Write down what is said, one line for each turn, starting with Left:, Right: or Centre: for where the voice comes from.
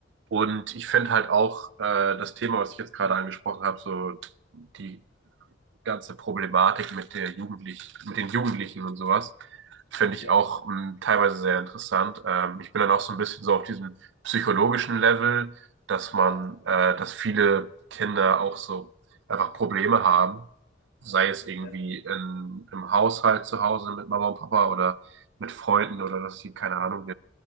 Right: und ich finde halt auch äh, das Thema, was ich jetzt gerade angesprochen habe, so die ganze Problematik mit der Jugendlich, mit den Jugendlichen und sowas, finde ich
Left: ja,
Right: auch mh, teilweise sehr interessant. Ähm, ich bin dann auch so ein bisschen so auf diesem psychologischen Level, dass man,
Left: ja,
Right: äh, dass viele Kinder auch so einfach Probleme haben, sei es irgendwie
Left: ja.
Right: in, im Haushalt zu Hause mit Mama und Papa oder mit Freunden oder dass sie, keine Ahnung,